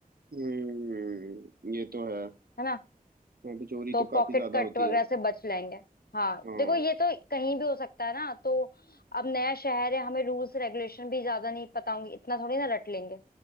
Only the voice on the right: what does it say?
हम्म ये तो है
वहाँ पे चोरी
तो
काफी ज्यादा
होती
है
हाँ